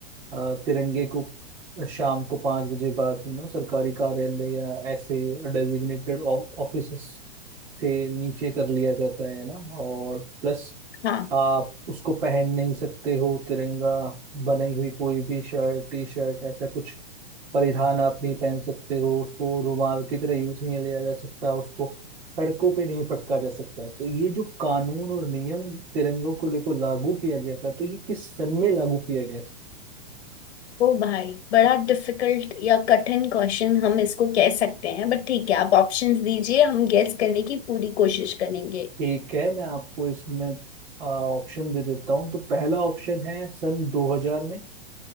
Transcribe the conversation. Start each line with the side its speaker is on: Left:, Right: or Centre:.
Right: अ, तिरंगे को शाम को पाँच बजे बाद यू नो सरकारी कार्यालय या ऐसे डेजिग्नेटेड ऑफिस से नीचे कर लिया जाता है ना और प्लस
Left: हाँ
Right: आप उसको पहन नहीं सकते हो तिरंगा बनाई हुई कोई भी शर्ट टी शर्ट ऐसा कुछ परिधान आप नहीं पहन सकते हो उसको रुमाल की तरह यूज नहीं लिया जा सकता उसको सड़कों पे नहीं फटका जा सकता है तो ये जो कानून और नियम तिरंगों को लेकर लागू किया गया था तो ये किस सन में लागू किया गया था
Left: ओ भाई बड़ा डिफिकल्ट या कठिन क्वेश्चन हम इसको कह सकते हैं बट ठीक है आप ऑप्शंस दीजिए हम गेस करने की पूरी कोशिश करेंगे
Right: ठीक है मैं आपको इसमें ऑप्शन दे देता हूँ तो पहला ऑप्शन है सन 2000 में